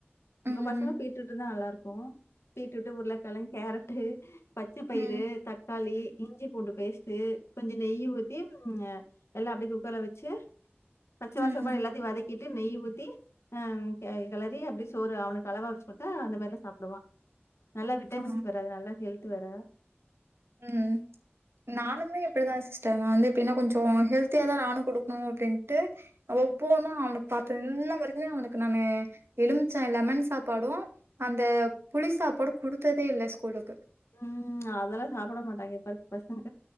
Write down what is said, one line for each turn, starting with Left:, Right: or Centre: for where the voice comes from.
Right: ம்
Left: உங்க பசங்க பீட்ரூட்னா நல்லா ருக்கு பீட்ரூட்டு உருளக்கெழங்கு கேரட்டு பச்ச பயிறு
Right: ம்
Left: தக் தக்காளி இஞ்சி பூண்டுபேஸ்ட்டு கொஞ்ச நெய்ய ஊத்தி அ எல்லா அப்டியே குக்கர்ல வச்சு பச்ச
Right: ம்
Left: வாச போக எல்லாத்தையு வதக்கிட்டு நெய் ஊத்தி அ கெளறி அப்டியெ சோறு அவனுக்கு அளவா வச்சு கொட்தா அந்த மாரிலா சாப்புடுவா நல்லா விட்டமின்ஸ்
Right: ஆ
Left: வேற அது நல்லா ஹெல்த் வேற
Right: ம் நானுமே இப்டிதா சிஸ்டர் நா வந்து எப்டினா கொஞ்ச ஹெல்த் ஹெல்தியாதா நானு கொடுக்கணு அப்டின்ட்டு ஒவ்வொன்னு அவனுக்கு பாத்து இன்ன வரைக்குமே அவனுக்கு நானு எலுமிச்ச லெமன் சாப்பாடு அந்த புலிசாப்பாடு குடுத்ததே இல்ல ஸ்கூலுக்கு
Left: ம் அதெல்லா சாப்புட மாட்டாங்க இப்பருக்க பசங்க